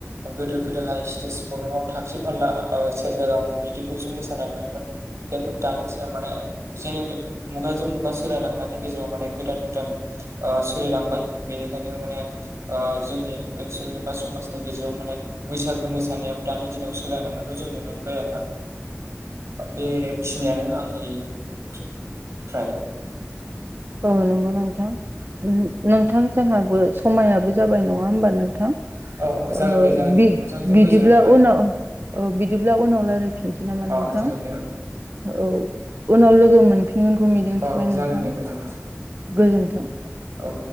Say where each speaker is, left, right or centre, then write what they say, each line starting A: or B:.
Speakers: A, on the right; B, on the right.
A: गोदो गोदोहाय स्टेज प्रग्रामाव थाख्रि फारला, ओ सेरजा गावोन बिदिखौसो मोसानाय नुयोमोन। खिन्थु दानि दिनाव माने जेनेरिक मुगाजों मुगा सोलायलांनायनि गेजेराव माने गोदान गोदान सोलायलांबाय बेनिखायनो माने जोंनि ओनसोलनि बा समाजनि गेजेराव माने बैसागो मोसानायाबो दानि दिनाव सोलायलांनायखौ जों नुनो मोनबाय आरो ना। बेखिनियानो आंनि फ्र फ्राय।
B: औ नंगौ नोंथां। नोंथां जोंहाबो समायाबो जाबाय नङा होमबा नोंथां।
A: औ
B: ओ
A: जागोन दे जागोन
B: बि
A: दे नोंथांनिसिम
B: बिदिब्ला
A: गोजोननाय थाबाय
B: उनाव औ बिदिब्ला उनाव रायलायफिनसै नामा
A: अ
B: नोंथां
A: जागोन दे
B: औ। उनाव लोगो मोनफिनगोनखौ मिजिंथिबाय
A: ओं अ
B: नोंथां
A: जागोन दे गोजोनथों
B: गोजोन्थों।
A: औ